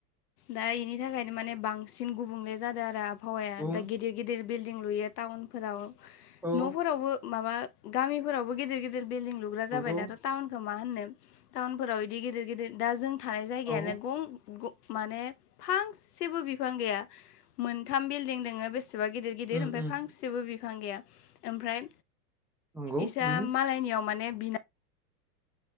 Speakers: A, on the left (about 70°); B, in the centre.
A: दा इनि थाखायनो माने बांसिन गुबुंले जादों आरो आब फावयाया
B: उम
A: दा गिदिर गिदिर बिल्डिं लुयो टाउनफोराव। न'फोरावबो
B: औ
A: माबा गामिफोरावबो गिदिर गिदिर बिल्दिं लुग्रा जाबाय
B: नंगौ
A: दाथ' टाउनखौ मा होननो। टाउनफोराव इदि गिदिर गिदिर दा जों थानाय जायगायानो
B: औ
A: गं गं माने फांसेबो बिफां गैया मोनथाम बिल्डिं दङो बेसेबां गिदिर गिदिर
B: उम
A: ओमफाय
B: उम
A: फांसेबो बि फां गैया ओमफ्राय
B: नंगौ
A: इसा
B: उम
A: मालायनियाव माने बिना